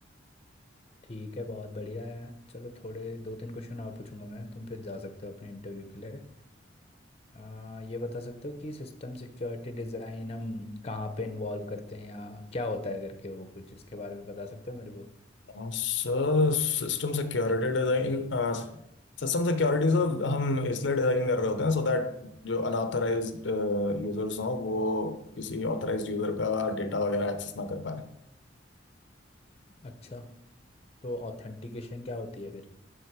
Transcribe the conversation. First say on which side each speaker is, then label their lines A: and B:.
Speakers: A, on the left; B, on the left.
A: ठीक है बहुत बढ़िया है चलो थोड़े दो तीन क्वेश्चन और पूछूंगा मैं तुम फिर जा सकते हो अपने इंटरव्यू के लिए आ, ये बता सकते हो कि सिस्टम सिक्योरिटी डिज़ाइन हम कहाँ पे इन्वॉल्व करते हैं या क्या होता है करके वो कुछ इसके बारे में बता सकते हो मेरे को
B: हाँ, sir system security design system security sir हम इसलिए डिजाइन कर रहे होते हैं सो दैट जो अनऑथराइज्ड यूजर्स हों वो किसी ऑथराइज्ड यूजर का डेटा वगैरह एक्सेस ना कर पाए
A: अच्छा तो ऑथेंटिकेशन क्या होती है फिर